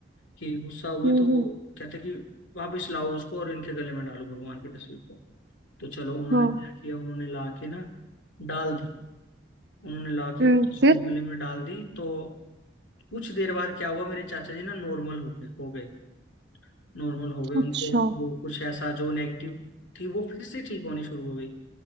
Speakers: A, on the left; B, on the right.
A: कि गुस्सा हुए
B: हम्म
A: तो वो
B: हम्म
A: कहते कि वापस लाओ उसको और इनके गले में डालो भगवान की तस्वीर को तो चलो उन्होंने
B: हाँ
A: क्या किया उन्होंने ला के ना डाल दी उन्होंने ला के
B: हम्म
A: वो तस्वीर
B: फिर
A: गले में डाल दी तो कुछ देर बाद क्या हुआ मेरे चाचा जी ना नॉर्मल हो गए हो गए नॉर्मल हो गए
B: अच्छा
A: उनको वो कुछ ऐसा जो नेगेटिव थी वो फिर से ठीक होनी शुरू हो गई